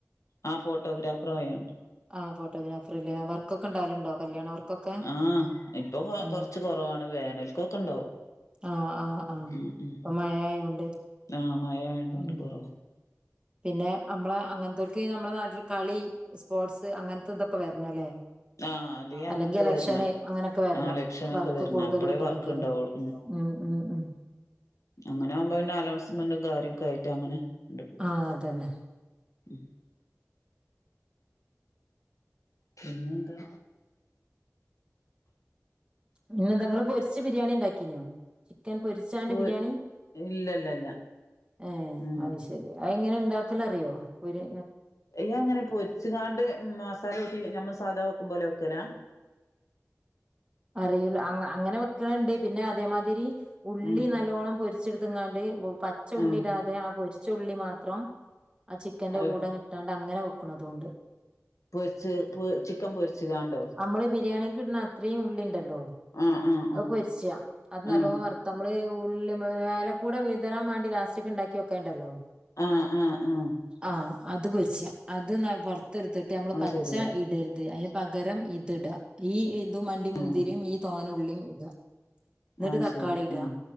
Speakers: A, on the left; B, on the right.
A: ആ ഫോട്ടോഗ്രാഫർ ആയാണ്ട്.
B: ആ ഫോട്ടോഗ്രാഫറ്ലെ വർക്കൊക്കെ ഇണ്ടാവല്ണ്ടോ കല്യാണ വർക്കൊക്കെ?
A: ആ ഇപ്പൊ കൊ
B: ഉം
A: കൊറച്ച് കൊറവാണ് വേനൽക്കൊക്കെ ഇണ്ടാവും.
B: ആഹ് ആഹ് ആഹ്
A: ഉ ഉ
B: ഇപ്പൊ മഴായോണ്ട്
A: ആ മഴ ആയതോണ്ട്
B: ഉം
A: കൊറവാ.
B: പിന്നെ നമ്മള അങ്ങനത്തക്ക് നമ്മുടെ നാട്ടില് കളി സ്പോർട്സ് അങ്ങനത്തെ ഇതൊക്കെ വരണല്ലേ.
A: ആ
B: അല്ലെങ്കി
A: അങ്ങനത്തെ
B: ഇലക്ഷന്
A: വരണ
B: അങ്ങനൊക്കെ വരണം
A: ആ ഇലക്ഷനൊക്കെ
B: വർക്ക്
A: വരണ
B: കൂടുതൽ
A: അപ്പളേ
B: കിട്ടണെങ്കില്.
A: വർക്ക് ഉണ്ടാവുള്ളൂ
B: ഉം ഉം ഉം
A: അങ്ങനെയാകുമ്പോ എല്ലാം അലോൺമെന്റും കാര്യൊക്കെ ആയിട്ട് അങ്ങനെ നടക്കും
B: ആ അതന്നെ.
A: ഉം പിന്നെന്താ?
B: പിന്നെ ന്താ ഇങ്ങൾ പൊരിച്ച ബിരിയാണി ഇണ്ടാക്കീനോ? ചിക്കൻ പൊരിച്ചാണ്ട്
A: പോ
B: ബിരിയാണി
A: ഇല്ല ഇല്ല ഇല്ല
B: ഏ
A: ഉം
B: അയ്ശെ ശരി അ എങ്ങനെ ഇണ്ടാക്കല് അറിയോ ഒര്
A: യ്യ അങ്ങനെ പൊരിച്ച്കാണ്ട് മസാല കൂട്ടി നമ്മൾ സാധാ വെക്കും പോലെ വെക്കല.
B: അറിയുല അങ്ങനെ വെക്ക്ണണ്ട് പിന്നെ അതേമാതിരി. ഉള്ളി
A: ഉം
B: നല്ലോണ്ണം പൊരിച്ചെടുത്ത്ങ്ങാണ്ട് പച്ച ഉള്ളി
A: ആഹ്
B: ഇടാതെ ആ പൊരിച്ച ഉള്ളി മാത്രം. ആ ചിക്കൻന്റെ
A: അത്
B: കൂട ങ്ങിട്ടാണ്ട് അങ്ങനെ വെക്ക്ണതുണ്ട്.
A: പൊരിച്ച് <unintelligible> പൊരിച്ച്ങ്ങാണ്ടോ
B: നമ്മള് ബിരിയാണിക്ക് ഇടുന്ന അത്രയും ഉള്ളി ഇണ്ടല്ലോ?
A: ആഹ് ആഹ്
B: അത് പൊരിച്ച്യ അത് നല്ലോം
A: ആഹ്
B: വർത്ത തമ്മള് ഉള്ളി മേലെ കൂടെ വിതറാൻ മാണ്ടി ലാസ്റ്റ്ക് ണ്ടാക്കി വെക്കേണ്ടല്ലോ
A: ആഹ് ആഹ് ആ
B: ആ അത് പൊരിച്ചാ അത് ന്നാ പൊർത്ത് എടുത്തിട്ട് നമ്മള്
A: അത്
B: പച്ച
A: ശരി
B: ഇടര്ത് അയിന് പകരം ട ഈ ഇത് അണ്ടിമുന്തിരി
A: ആഹ് ഉം
B: ഈ തോനുള്ളിയും ഇട എന്നിട്ട്
A: അത്
B: തക്കാളി
A: ശരി
B: ഇടാ
A: ആഹ്